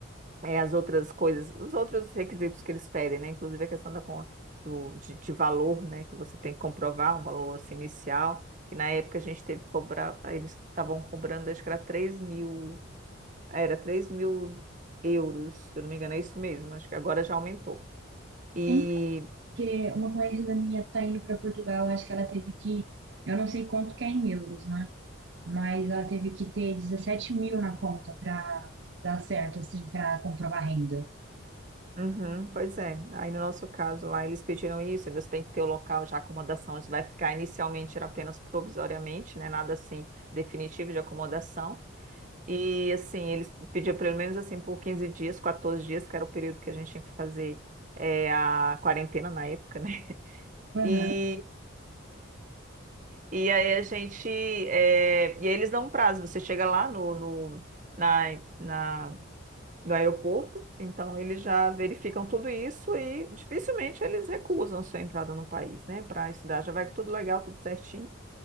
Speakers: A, on the right (about 35°); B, on the right (about 55°).
A: é, as outras coisas, os outros requisitos que eles pedem, né? Inclusive a questão da, con- do, de, de valor, né? Que você tem que comprovar um valor assim, inicial, que na época a gente teve que cobrar, aí eles estavam cobrando, acho que era três mil, era três mil euros, se eu não me engano, é isso mesmo, acho que agora já aumentou. E,
B: Então, porque uma conhecida minha tá indo para Portugal, acho que ela teve que, eu não sei quanto que é em euros, né? Mas ela teve que ter 17 mil na conta para dar certo, assim, para comprovar a renda.
A: uhum, pois é, aí no nosso caso lá eles pediram isso, aí você tem que ter o local já, a acomodação, isso vai ficar inicialmente era apenas provisoriamente, né? Nada assim definitivo de acomodação E assim, eles pediam pelo menos assim por 15 dias, 14 dias, que era o período que a gente tinha que fazer eh, a quarentena na época, né? <laughs>
B: Aham.
A: E, e aí a gente. eh, e aí eles dão um prazo, você chega lá no, no, na, na- no aeroporto, então eles já verificam tudo isso e dificilmente eles recusam a sua entrada no país, né? Para estudar, já vai tudo legal, tudo certinho.